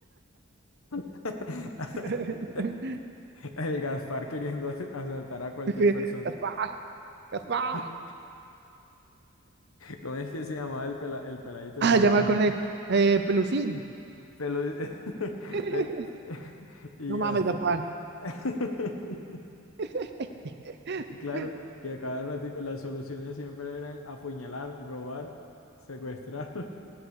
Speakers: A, on the left; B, on the right.
A: <laughs>
B: <laughs>
A: El Gaspar queriendo asaltar a cualquier
B: Es que,
A: persona.
B: Gaspar, Gaspar.
A: <laughs> ¿Cómo es que se llamaba el, pela- el peladito
B: Ah,
A: el hijo?
B: ya me acordé. Eh, Pelusín.
A: Pelu... <laughs>
B: <laughs>
A: Pe- <laughs> y
B: No
A: Gaspar.
B: mames, Gaspar.
A: <laughs>
B: <laughs>
A: Claro, que a cada ratico las soluciones siempre eran apuñalar, robar, secuestrar.